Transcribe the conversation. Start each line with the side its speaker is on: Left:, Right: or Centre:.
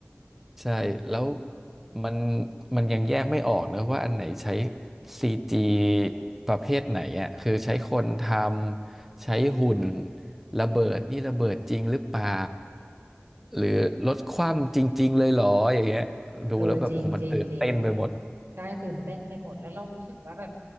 Centre: ใช่แล้วมันมันยังแยกไม่ออกนะว่าอันไหนใช้ซีจีประเภทไหนอ่ะคือใช้คนทำใช้หุ่นระเบิดนี่ระเบิดจริงหรือเปล่าหรือรถคว่ำจริงๆเลยเหรออย่างเงี้ยดูแล้วแบบโอ้โหมันตื่นเต้นไปหมด
Right: เออจริงจริงจริง ใช่ตื่นเต้นไปหมดแล้วเรารู้สึกว่าแบบ